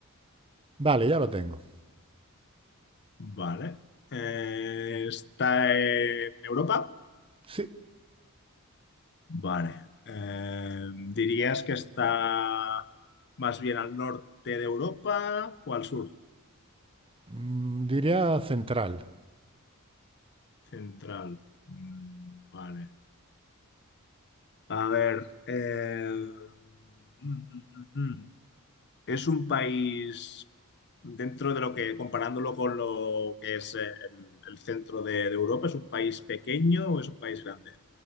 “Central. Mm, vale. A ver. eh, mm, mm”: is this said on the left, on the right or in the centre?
Left